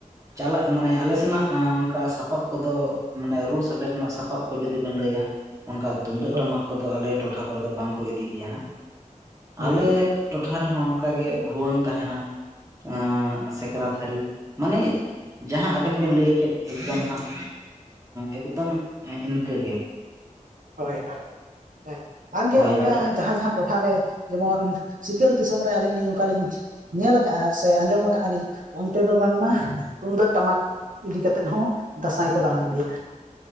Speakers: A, on the right; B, on the right.
A: ᱪᱟᱞᱟᱜ ᱢᱟᱱᱮ ᱟᱞᱮ ᱥᱮᱱᱟᱜ ᱚᱱᱠᱟ ᱥᱟᱯᱟᱵ ᱠᱚ ᱫᱚ ᱢᱟᱱᱮ ᱨᱩ ᱥᱟᱰᱮ ᱨᱮᱱᱟᱜ ᱥᱟᱯᱟᱵ ᱚᱠᱚᱭ ᱡᱩᱫᱤ ᱵᱮᱱ ᱞᱟᱹᱭᱟ᱾ ᱚᱱᱠᱟ ᱛᱩᱢᱫᱟᱹᱜ
B: ᱦᱳᱭ
A: ᱴᱟᱢᱟᱠ ᱠᱚ ᱫᱚ ᱟᱞᱮ ᱴᱚᱴᱷᱟ ᱠᱚᱨᱮ ᱫᱚ ᱵᱟᱝ ᱠᱚ ᱤᱫᱤ ᱜᱮᱭᱟ ᱦᱟᱸᱜ
B: ᱦᱳᱭ
A: ᱟᱞᱮ ᱴᱚᱴᱷᱟ ᱨᱮᱦᱚᱸ ᱚᱱᱠᱟ ᱜᱮ ᱵᱷᱩᱣᱟᱹᱝ ᱛᱟᱦᱮᱱᱟ ᱮ ᱥᱮᱠᱨᱟᱛᱷ ᱦᱟᱹᱨᱤ ᱢᱟᱱᱮ ᱡᱟᱦᱟᱸ ᱟᱵᱮᱱ ᱵᱮᱱ ᱞᱟᱹᱭ ᱠᱮᱫ ᱮᱠᱫᱚᱢ ᱦᱟᱸᱜ ᱮᱠᱫᱚᱢ ᱤᱱᱠᱟ ᱜᱮ᱾
B: ᱦᱳᱭ ᱦᱳᱭ ᱦᱳᱭ ᱵᱟᱝᱜᱮ
A: ᱦᱳᱭ
B: ᱚᱱᱠᱟ
A: ᱟᱨ
B: ᱡᱟᱦᱟᱸ ᱡᱟᱦᱟᱸ ᱴᱚᱴ ᱴᱚᱴᱷᱟ ᱨᱮ ᱡᱮᱢᱚᱱ ᱥᱤᱠᱟᱹᱨ ᱫᱤᱥᱚᱢ ᱨᱮ ᱟᱹᱞᱤᱧ ᱞᱤᱧ ᱚᱱᱠᱟ ᱞᱤᱧ ᱧᱮᱞ ᱠᱟᱜ-ᱟ ᱥᱮ ᱟᱸᱡᱚᱢ ᱠᱟᱜ-ᱟ ᱞᱤᱧ᱾ ᱚᱱᱛᱮ ᱫᱚ ᱵᱟᱝ ᱢᱟ ᱛᱩᱢᱫᱟᱹᱜ ᱴᱟᱢᱟᱠ ᱤᱫᱤ ᱠᱟᱛᱮᱫ ᱦᱚᱸ ᱫᱟᱸᱥᱟᱭ ᱠᱚ ᱫᱟᱬᱟᱱ ᱜᱮᱭᱟ᱾